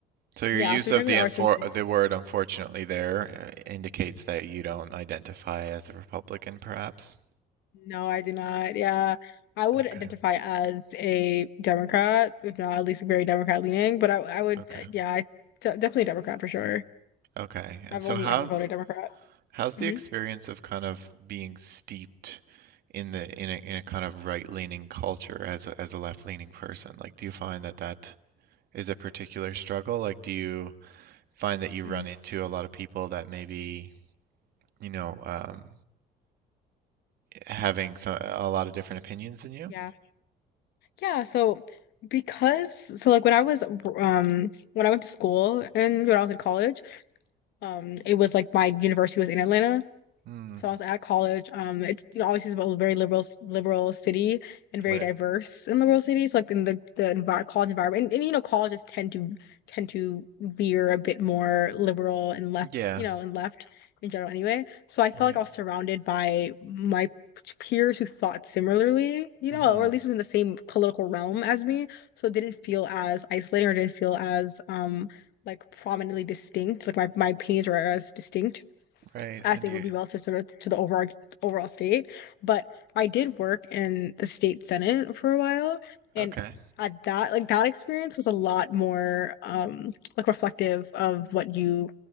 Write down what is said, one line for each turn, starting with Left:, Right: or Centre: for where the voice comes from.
Right: So your
Left: yeah,
Right: use
Left: so we
Right: of
Left: technically
Right: the unfor
Left: are a swing state.
Right: the word unfortunately there uh, indicates that you don't identify as a Republican, perhaps.
Left: No, I do not. Yeah. I would
Right: Okay,
Left: identify as a Democrat, if not at least very Democrat leaning, but I, I would,
Right: okay,
Left: yeah, I, de- definitely Democrat for sure.
Right: okay. And
Left: I've
Right: so
Left: only
Right: how's
Left: ever voted Democrat.
Right: how's
Left: hmm
Right: the experience of kind of being steeped in the in a in a kind of right-leaning culture as a as a left-leaning person? Like, do you find that that is a particular struggle? Like, do you find that you
Left: hmm
Right: run into a lot of people that maybe, you know, um, having some a lot of different opinions than you?
Left: Yeah. Yeah. So because, so like when I was, um, when I went to school and when I was in college, um, it was like my university was in Atlanta.
Right: Hmm.
Left: So I was at college. Um, it's you know obviously it's a very liberal liberal city and very
Right: Right.
Left: diverse in liberal cities. Like in the the envi college environment, and, and you know colleges tend to tend to veer a bit more liberal and left,
Right: Yeah.
Left: you know, and left in general anyway. So I felt
Right: Right.
Left: like I was surrounded by my peers who thought similarly, you
Right: hmm
Left: know, or at least within the same political realm as me. So it didn't feel as isolating or didn't feel as um like prominently distinct. Like my my opinions were as distinct
Right: Right.
Left: as
Right: And
Left: they
Right: you,
Left: would be relative to the, to the overall overall state. But I did work in the state senate for a while, and
Right: okay.
Left: at that like that experience was a lot more um like reflective of what you